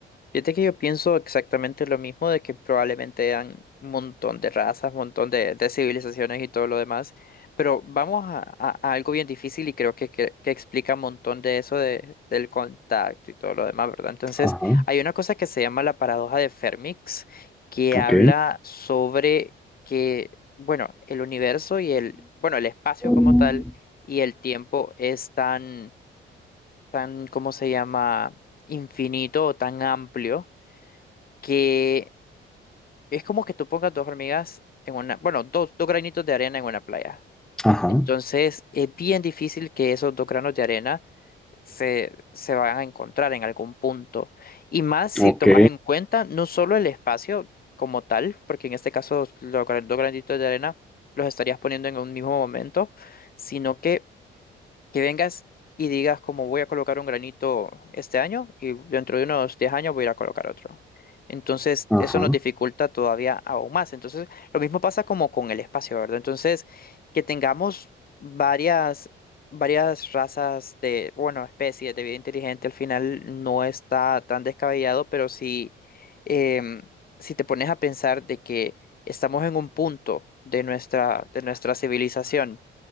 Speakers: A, on the left; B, in the centre.
A: Fíjate que yo pienso exactamente lo mismo de que probablemente eran un montón de razas, un montón de, de civilizaciones y todo lo demás, pero vamos a, a- a algo bien difícil y creo que, que, que explica un montón de eso de, del contacto y todo lo demás, ¿verdad? Entonces,
B: Ajá,
A: hay una cosa que se llama la paradoja de Fermix, que
B: ok.
A: habla sobre que, bueno, el universo y el, bueno, el espacio
B: Mm.
A: como tal y el tiempo es tan, tan, ¿cómo se llama? infinito o tan amplio que es como que tú pongas dos hormigas en una, bueno, dos, dos granitos de arena en una playa.
B: Ajá,
A: Entonces, es bien difícil que esos dos granos de arena se, se van a encontrar en algún punto. Y más si
B: ok,
A: tomas en cuenta no solo el espacio como tal, porque en este caso los gra- dos granitos de arena los estarías poniendo en un mismo momento, sino que que vengas y digas como voy a colocar un granito este año y dentro de unos 10 años voy a ir a colocar otro. Entonces,
B: ajá,
A: eso nos dificulta todavía aún más. Entonces, lo mismo pasa como con el espacio, ¿verdad? Entonces, que tengamos varias, varias razas de, bueno, especies de vida inteligente al final no está tan descabellado, pero sí, em, si te pones a pensar de que estamos en un punto de nuestra, de nuestra civilización